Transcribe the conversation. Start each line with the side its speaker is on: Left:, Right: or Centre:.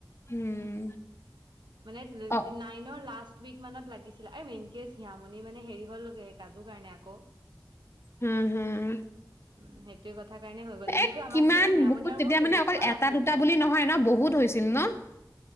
Left: উম।
Right: মানে
Left: অ
Right: নাইনৰ লাষ্ট। উক মানত লাগিছিলে। এই ইন কেছ হিয়ামণি মানে হেৰি হ'ল স কাজুৰ কাৰণে আকৌ।
Left: হম, হম।
Right: উম সেইটোয়ে কথা। কাৰণে হৈ গ'ল এনেইতো
Left: এ
Right: আমাৰ
Left: কিমান
Right: দুজনী হিয়ামণি
Left: বহুত
Right: আৰু
Left: তেতিয়া
Right: মোৰ কেনেকুৱা
Left: মানে অকল এটা
Right: আছিলে
Left: দুটা বুলি নহয় ন বহুত হৈছিল ন।